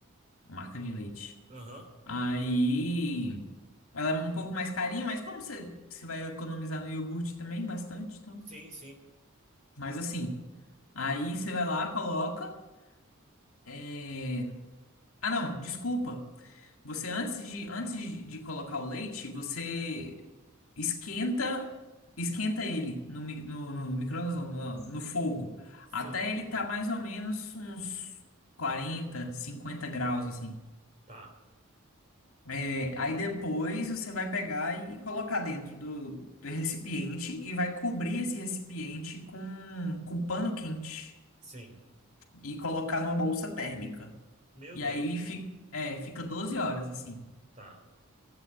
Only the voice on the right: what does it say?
Aham.
Sim, sim.
Sim.
Tá.
Sim.
Meu
Deus.
Tá.